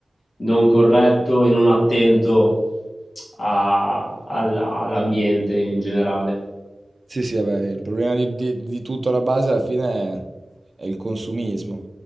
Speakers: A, on the left (about 70°); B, on the right (about 35°).
A: non corretto e non attento a- al- all'ambiente in generale.
B: sì, sì, vabbè, il problema di, di- di tutto alla base alla fine è, è il consumismo.